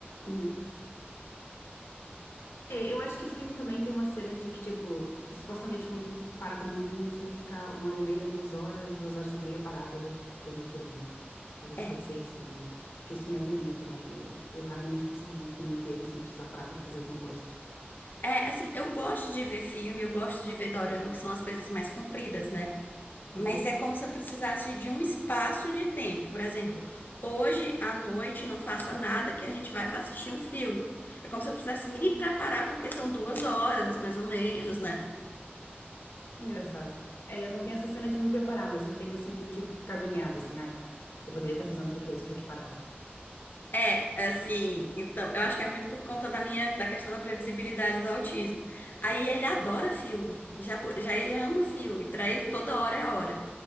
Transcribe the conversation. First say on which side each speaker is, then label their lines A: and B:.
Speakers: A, on the left; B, on the left.
A: uhum. É, eu acho que o filme também tem uma cena de que, tipo, supostamente quando tu para pra ver um filme, tu tem que ficar uma hora e meia, duas horas, duas horas e meia parada vendo aquilo, né? Talvez
B: É.
A: pode ser isso também. Porque isso me agonia também. Eu, eu raramente consigo ver um filme inteiro sem precisar parar pra fazer alguma coisa.
B: É, assim, eu gosto de ver filme, eu gosto de ver dorama, que são as coisas mais compridas, né?
A: Uhum.
B: Mas é como se eu precisasse de um espaço de tempo. Por exemplo, hoje à noite não faça nada que a gente vai assistir um filme. É como se eu precisasse me preparar, porque são duas horas, mais ou menos, né?
A: Engraçado. É, eu não tenho essa cena de me preparar, mas eu tenho assim do tipo ficar agoniada, assim, ai, porque eu poderia estar fazendo outra coisa, eu tô aqui parada.
B: É Assim, então, eu acho que é muito por conta da minha, da questão da previsibilidade do autismo. Aí ele adora filme, já, por- já ele ama filme, pra ele toda hora é hora.